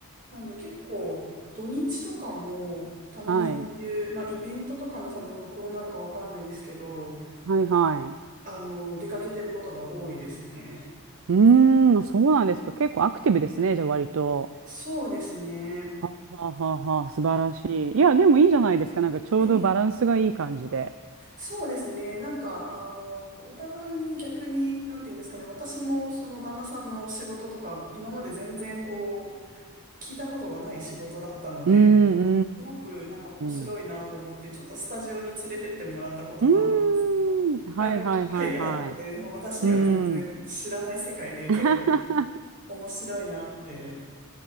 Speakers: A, on the right; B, on the right.
A: なんで結構土日とかもたまにそういう、
B: はい、
A: まあ、イベントとかの多分録音なのかわかんないですけど、
B: はい、はい。
A: あの、出かけてることが多いですね。
B: うーん、そうなんですか。結構アクティブですね、じゃあ割と。
A: そうですね。
B: ははははは、素晴らしい。いや、でもいいじゃないですか。なんかちょうどバランスがいい感じで。
A: ええそうですね。なんか、あの、お互いに逆に、なんて言うんですかね、私もその旦那さんの仕事とか、今まで全然こう、聞いたことがない仕事だったので、
B: うん、うん、う
A: すごくなんか面白いなと思って、
B: ん、うん。
A: ちょっとスタジオに連れてってもらったこともあるんですけど。
B: うーん、
A: いっぱいこう機会があって、
B: はい、はい、はい、はい。
A: もう私には全然知らない世界で、
B: うん。
A: 結構
B: <laughs>
A: 面白いなって